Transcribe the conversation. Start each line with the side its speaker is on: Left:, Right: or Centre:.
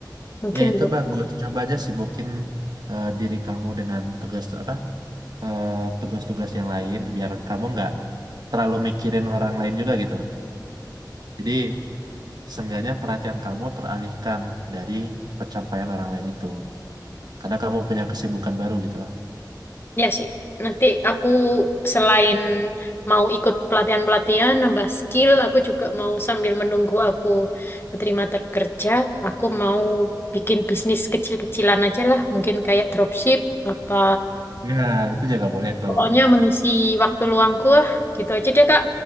Left: Mungkin.
Right: Ya itu bagus. Coba aja sibukin eh, diri kamu dengan tugas apa eh, tugas-tugas yang lain biar kamu nggak terlalu mikirin orang lain juga gitu loh. Jadi Seenggaknya perhatian kamu teralihkan dari pencapaian orang lain itu. Karena kamu punya kesibukan baru gitu lah.
Left: Ya sih, nanti aku selain mau ikut pelatihan-pelatihan, nambah skill, aku juga mau sambil menunggu aku terima kerja, aku mau bikin bisnis kecil-kecilan aja lah, mungkin kayak dropship, apa
Right: Ya, itu juga boleh tuh.
Left: pokoknya mengisi waktu luangku lah, gitu aja deh Kak.